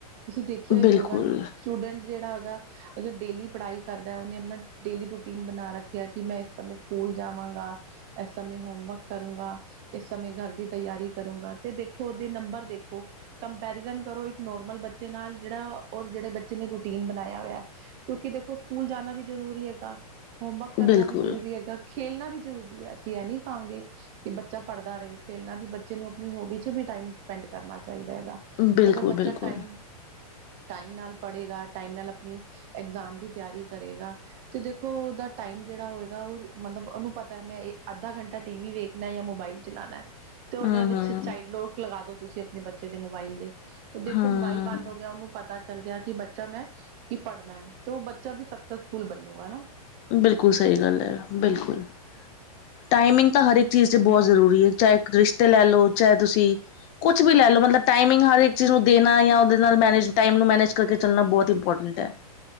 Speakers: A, on the right; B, on the left.
A: ਤੁਸੀਂ ਦੇਖਿਆ ਹੀ
B: ਬਿਲਕੁਲ
A: ਹੋਗਾ ਸਟੂਡੈਂਟ ਜਿਹੜਾ ਹੈਗਾ ਅਗਰ ਡੇਲੀ ਪੜ੍ਹਾਈ ਕਰਦਾ ਉਹਨੇ ਆਪਣਾ ਡੇਲੀ ਰੂਟੀਨ ਬਣਾ ਰੱਖਿਆ ਕਿ ਮੈਂ ਇਸ ਸਮੇਂ ਸਕੂਲ ਜਾਵਾਂਗਾ ਇਸ ਸਮੇਂ ਹੋਮਵਰਕ ਕਰੂੰਗਾ ਇਸ ਸਮੇਂ ਘਰ ਦੀ ਤਿਆਰੀ ਕਰੂੰਗਾ ਤੇ ਵੇਖ ਦੇਖੋ ਉਹਦੇ ਨੰਬਰ ਦੇਖੋ ਕੰਪੈਰੀਜ਼ਨ ਕਰੋ ਇੱਕ ਨੋਰਮਲ ਬੱਚੇ ਨਾਲ ਜਿਹੜਾ ਔਰ ਜਿਹੜੇ ਬੱਚੇ ਨੇ ਰੂਟੀਨ ਬਣਾਇਆ ਹੋਇਆ ਕਿਉਂਕਿ ਦੇਖੋ ਸਕੂਲ ਜਾਣਾ ਵੀ ਜ ਜ਼ਰੂਰੀ ਹੈਗਾ ਹੋਮਵਰਕ ਕਰਨਾ
B: ਬਿਲਕੁਲ,
A: ਵੀ ਜ਼ਰੂਰੀ ਹੈਗਾ ਖੇਲਣਾ ਵੀ ਜ਼ਰੂਰੀ ਹੈ ਅਸੀਂ ਇਹ ਨੀ ਖਾਂਗੇ ਕਿ ਬੱਚਾ ਪੜ੍ਹਦਾ ਰਹੇ ਖੇਲਣਾ ਵੀ ਬੱਚੇ ਨੂੰ ਆਪਣੀ ਹੋਬੀ ਚ ਵੀ ਟਾਈਮ ਸਪੈਂਡ ਕਰਨਾ ਚਾਹੀਦਾ ਹੈਗਾ
B: ਬਿਲਕੁਲ,
A: ਅਗਰ ਬੱਚਾ
B: ਬਿਲਕੁਲ।
A: ਟਾਈਮ ਟਾਈਮ ਨਾਲ ਪੜ੍ਹੇਗਾ, ਟਾਈਮ ਨਾਲ ਆਪਣੀ ਐਗਜ਼ਾਮ ਦੀ ਤਿਆਰੀ ਕਰੇਗਾ, ਤੇ ਦੇਖੋ ਉਹਦਾ ਟਾਈਮ ਜਿਹੜਾ ਹੋਏਗਾ ਉਹ ਮਤਲਬ ਉਹਨੂੰ ਪਤਾ ਹੈ, ਮੈਂ ਇਹ ਅੱਧਾ ਘੰਟਾ ਟੀਵੀ ਵੇਖਣਾ ਯਾ ਮੋਬਾਈਲ ਚਲਾਣੈ। ਤੇ, ਉਹਦੇ
B: ਹੂੰ-ਹੂੰ,
A: ਵਿੱਚ ਚਾਈਲਡ
B: ਹੂੰ।
A: ਲੋੋਕ ਲਗਾ ਦੋ, ਤੁਸੀਂ ਆਪਣੇ ਬੱਚੇ ਦੇ ਮੋਬਾਈਲ ਦੇ ਦੇਖੋ
B: ਹੂੰ,
A: ਮੋਬਾਈਲ ਬੰਦ ਹੋ ਗਿਆ ਉਹਨੂੰ ਪਤਾ ਚੱਲ ਗਿਆ ਕਿ ਬੱਚਾ ਮੈਂ ਕਿ ਪੜ੍ਹਦੈ ਤੇ ਉਹ ਬੱਚਾ ਵੀ ਸਕਸੈਸਫੁਲ ਬਣੂਗਾ ਹਨਾ
B: ਬਿਲਕੁਲ ਸਹੀ ਗੱਲ ਹੈ ਬਿਲਕੁਲ ਟਾਈਮਿੰਗ ਤਾਂ ਹਰ ਇੱਕ ਚੀਜ਼ ਤੇ ਬਹੁਤ ਜ਼ਰੂਰੀ ਹੈ ਚਾਹੇ ਰਿਸ਼ਤੇ ਲੈ ਲਓ ਚਾਹੇ ਤੁਸੀਂ ਕੁਛ ਵੀ ਲੈ ਲੋ ਮਤਲਬ ਟਾਈਮਿੰਗ ਹਰ ਚੀਜ਼ ਨੂੰ ਦੇਣਾ ਆ ਓਦੇ ਨਾਲ ਮੈਨੇਜ ਟਾਈਮ ਨੂੰ ਮੈਨੇਜ ਕਰਕੇ ਚੱਲਣਾ ਬਹੁਤ ਇੰਪੋਰਟੈਂਟ ਹੈ